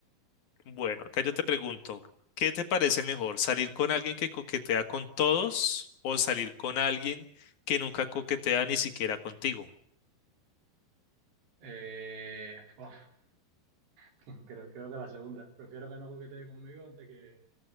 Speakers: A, on the left; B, on the right.
A: Bueno, acá yo te pregunto, ¿qué te parece mejor, salir con alguien que coquetea con todos o salir con alguien que nunca coquetea ni siquiera contigo?
B: Eh, uf, <laughs> creo, creo que la segunda. Prefiero que no coquetee conmigo antes que,